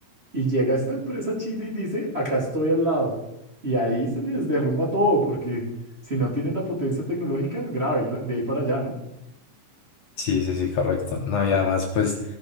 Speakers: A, on the right (about 20°); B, on the left (about 65°).
A: y llega esta empresa china y dice, acá estoy al lado. Y ahí se les derrumba todo, porque si no tienen la potencia tecnológica, grave, la- de ahí para allá, ¿no?
B: Sí, sí, sí, correcto. No, y además, pues,